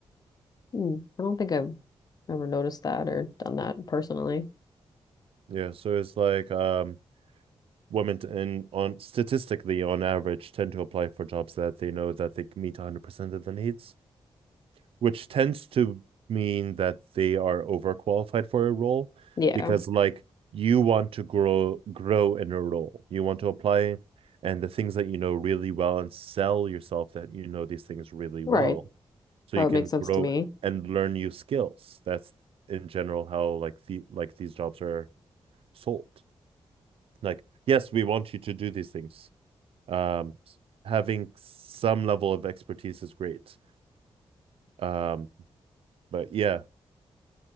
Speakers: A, on the left (about 40°); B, on the right (about 65°).
A: Hmm. I don't think I've ever noticed that or done that personally.
B: Yeah, so it's like um women and on statistically on average tend to apply for jobs that they know that they meet 100% of the needs which tends to mean that they are overqualified for a role
A: Yeah.
B: because like you want to grow grow in a role. You want to apply and the things that you know really well and sell yourself that you know these things really well
A: Right.
B: so
A: That
B: you
A: would
B: can
A: make sense
B: grow
A: to me.
B: and learn new skills. That's in general how like the like these jobs are sold. Like, yes, we want you to do these things. Um having some level of expertise is great. Um but yeah,